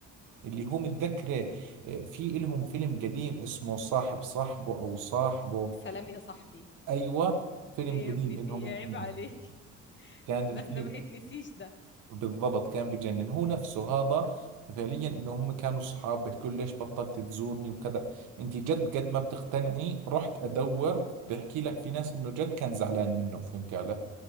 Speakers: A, on the right; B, on the left.
A: اللي هو متذكره آه، في إلهم فيلم قديم اسمه صاحب صاحبه أو صاحبه
B: سلام يا صاحبي
A: أيوة فيلم
B: ايه
A: قديم
B: يا ابني
A: إلهم
B: في ايه
A: اثنين
B: عيب عليك <laughs>
A: كان
B: ده
A: الفيلم
B: ده ما يتنسيش ده
A: بالضبط كان بجنن هو نفسه هذا فعليا انه هم كانوا اصحاب بيحكوا له ليش بطلت تزورني وكذا انت جد قد ما بتقتنعي رحت ادور بحكي لك في ناس انه جد كان زعلان منه فهمت